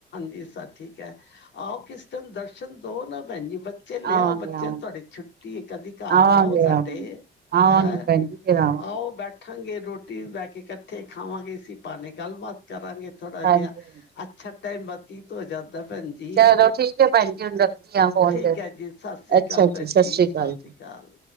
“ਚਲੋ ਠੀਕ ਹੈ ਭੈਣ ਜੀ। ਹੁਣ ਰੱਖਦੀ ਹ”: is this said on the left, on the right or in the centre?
Right